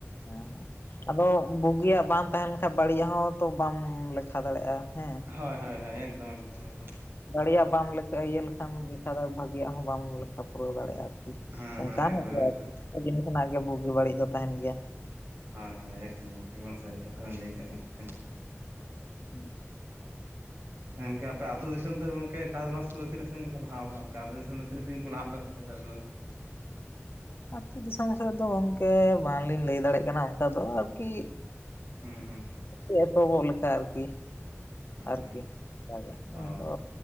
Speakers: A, on the left (about 50°); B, on the right (about 55°).
A: ᱦᱮᱸ ᱟᱫᱚ ᱵᱩᱜᱤᱭᱟᱜ ᱵᱟᱝ ᱛᱟᱦᱮᱱ ᱠᱷᱟ ᱵᱟᱹᱲᱤᱡᱟᱜ ᱦᱚᱸ ᱛᱚ ᱵᱟᱢ ᱞᱮᱠᱷᱟ ᱫᱟᱲᱮᱜᱼᱟ ᱦᱮᱸ
B: ᱦᱳᱭ ᱦᱳᱭ ᱦᱳᱭ, ᱮᱠᱫᱚᱢ ᱮᱠᱫᱚᱢ <unintelligible>
A: ᱫᱟᱲᱮᱭᱟᱜ ᱵᱟᱢ ᱞᱮᱠᱟ ᱤᱭᱟᱹ ᱞᱮᱠᱷᱟᱱᱠᱷᱟ ᱫᱚ ᱵᱷᱟᱹᱜᱤᱭᱟᱜ ᱦᱚᱸ ᱵᱟᱢ ᱞᱮᱠᱟ ᱯᱩᱨᱟᱹᱣ ᱫᱟᱲᱮᱭᱟᱜ-ᱟ ᱟᱨ ᱦᱩᱸ,
B: ᱦᱮᱸ
A: ᱚᱱᱠᱟᱱᱟᱜ
B: ᱦᱮᱸ ᱮᱠᱫᱚᱢ
A: ᱜᱮ
B: ᱮᱠᱫᱚᱢ᱾
A: ᱟᱨᱠᱤ, ᱟᱹᱰᱤᱞᱮᱠᱟᱱᱟᱜ ᱜᱮ ᱵᱩᱜᱤ ᱵᱟᱹᱲᱤᱡ ᱫᱚ ᱛᱟᱸᱦᱮᱱ ᱜᱮᱭᱟ᱾
B: ᱦᱳᱭ ᱦᱳᱭ ᱮᱠᱫᱚᱢ ᱱᱚᱣᱟ ᱥᱟᱹᱨᱤ ᱠᱟᱛᱷᱟ ᱵᱮᱱ ᱞᱟᱹᱭᱠᱟᱜ ᱜᱚᱝᱠᱮ᱾
A: ᱦᱩᱸ᱾
B: ᱜᱚᱝᱠᱮ ᱟᱯᱮ ᱟᱹᱛᱩ ᱫᱤᱥᱚᱢ ᱛᱚ ᱜᱚᱝᱠᱮ ᱪᱟᱥᱵᱟᱥ ᱠᱚᱫᱚ ᱛᱤᱱᱟᱹᱜ ᱥᱟᱜᱤᱧ ᱯᱮ ᱞᱟᱦᱟᱣᱟᱠᱟᱜ-ᱟ ᱚᱝᱠᱟ ᱟᱛᱩ ᱫᱤᱥᱚᱢ ᱫᱚ ᱛᱤᱱᱟᱹᱜ ᱥᱟᱜᱤᱧ ᱠᱩ ᱞᱟᱦᱟ ᱟᱠᱟᱜ-ᱟ? <unintelligible> ᱫᱚ
A: ᱟᱹᱛᱩ ᱫᱤᱥᱚᱢ ᱥᱮᱫ ᱫᱚ ᱜᱚᱝᱠᱮ ᱵᱟᱝᱞᱤᱧ ᱞᱟᱹᱭ ᱫᱟᱲᱮᱭᱟᱜ ᱠᱟᱱᱟ ᱚᱝᱠᱟ ᱫᱚ ᱟᱨᱠᱤ
B: ᱦᱩᱸ ᱦᱩᱸ᱾
A: ᱮᱫ ᱮᱛᱚᱵᱚᱜ ᱞᱮᱠᱟ ᱟᱨᱠᱤ,
B: ᱦᱩᱸ
A: ᱟᱨᱠᱤ ᱚᱱᱠᱟᱜᱮ
B: ᱚ
A: ᱟᱫᱚ